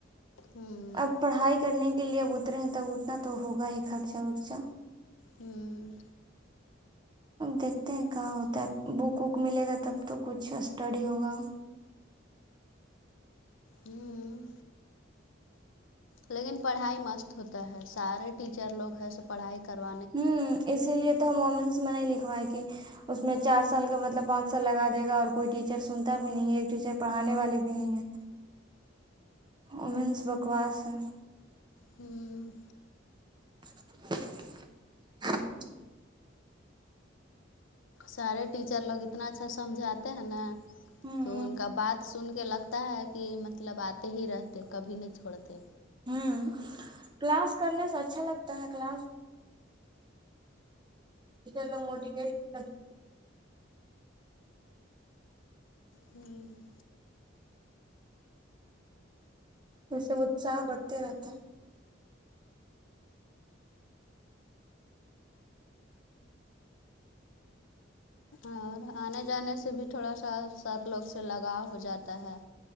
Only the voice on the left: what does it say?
ہوں
ہوں
ہوں لیکن پڑھائی مست ہوتا ہے سارے ٹیچر لوگ ہے سب پڑھائی کروا
ہوں
سارے ٹیچر لوگ اتنا اچھا سمجھاتے ہیں نا
تو ان کا بات سن کے لگتا ہے کہ مطلب آتے ہی رہتے کبھی نہیں چھوڑتے
ہوں
اور آنے جانے سے بھی تھوڑا سا سب لوگ سے لگاؤ ہو جاتا ہے